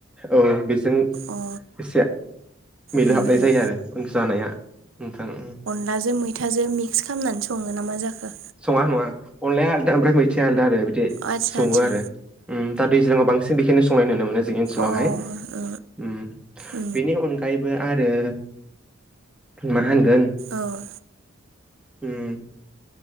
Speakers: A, in the centre; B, on the right.
A: ओ <inaudible> औ बेजों
B: अ
A: एसे। मिलुहाबनाय
B: उम उम
A: जायो आरो जानाया नोंथां।
B: नाजों मैथाजों मिक्स खालामनानै सङो नामा जाखो?
A: सङा नङा। अनलाया आलदा ओमफ्राय मैथिया आलदा आरो बि दि
B: आदसा
A: सङो
B: आदसा
A: आरो उम दा दैज्लांआव बांसिन बेखायनो संनायनाय नुनो मोनो जोंनि ओनसोलावहाय
B: ओ अ
A: उम।
B: उम
A: बेनि अनगायैबो आरो मा होनगोन
B: औ।
A: उम।